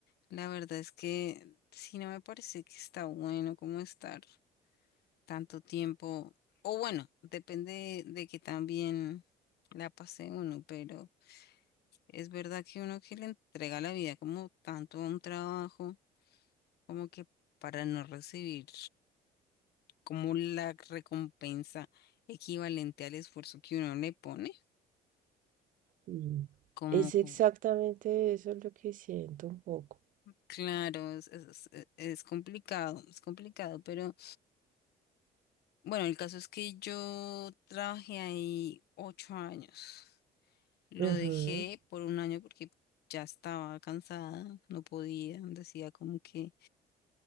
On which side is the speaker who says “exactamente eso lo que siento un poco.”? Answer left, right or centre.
Right